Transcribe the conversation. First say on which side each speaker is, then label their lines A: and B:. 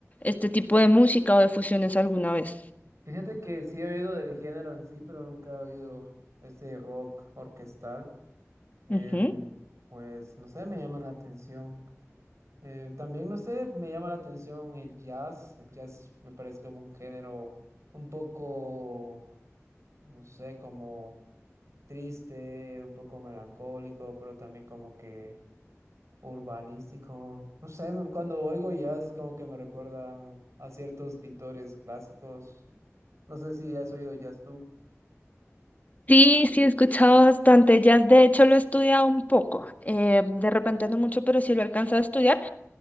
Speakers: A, on the left; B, on the right.
A: este tipo de música o de fusiones alguna vez.
B: Fíjate que sí he oído del género en sí, pero nunca he oído este rock orquestal. Em,
A: Ujú.
B: pues no sé, me llama la atención. Eh, también no sé, me llama la atención el jazz. El jazz me parece como un género un poco, no sé, como triste, un poco melancólico, pero también como que urbanístico. No sé, me- cuando oigo jazz es como que me recuerdan a ciertos pintores clásicos. No sé si has oído jazz tú.
A: Sí, sí, he escuchado bastante jazz. De hecho, lo he estudiado un poco. eh, de repente no mucho, pero sí lo he alcanzado a estudiar.